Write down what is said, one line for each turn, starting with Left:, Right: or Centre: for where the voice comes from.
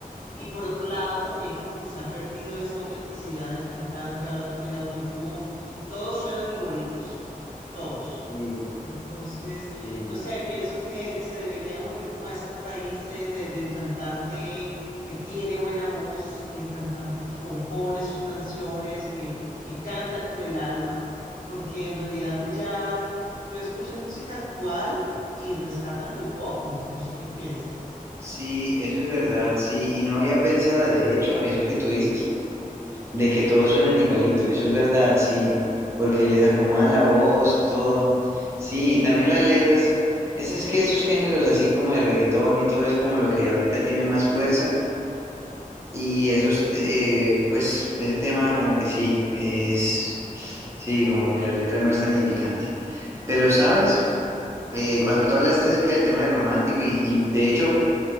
Left: Y por otro lado, también como que se ha perdido esa autenticidad del cantante ahora con el autotune, todos suenan igualitos, todos.
Right: sí,
Left: Entonces,
Right: sí.
Left: no sé, pienso que se debería volver como a esas raíces del, del cantante que tiene buena voz, el cantante que compone sus canciones, que, que canta con el alma, porque en realidad pues ya tú escuchas música actual y rescatas muy poco, no sé qué piensas.
Right: Sí, eso es verdad, sí, y no había pensado, de hecho, eso que tú dices, de que todos suenan igualito, eso es verdad, sí, porque les acomodan la voz y todo, sí, y también las letras, es, es que esos géneros así como de reggaetón y todo es como lo que ahorita tiene más fuerza, y esos, eh, pues, ese tema como que sí, es, sí, como que la letra no es tan edificante, pero sabes, Eh, cuando tú hablaste acerca del tema de romántico y, y de hecho...